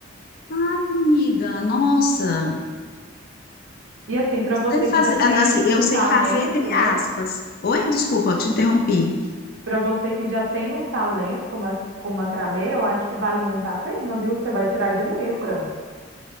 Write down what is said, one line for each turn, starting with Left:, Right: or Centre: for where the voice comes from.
Left: Ai, amiga, nossa.
Right: E assim, para
Left: Sei
Right: você que
Left: fazer,
Right: já tem
Left: ah, assim,
Right: um
Left: eu sei
Right: talento,
Left: fazer entre
Right: né?
Left: aspas. Oi, desculpa, eu te interrompi.
Right: Para você que já tem um talento como ma com macramê, eu acho que vale muito a pena, viu? Você vai tirar de letra.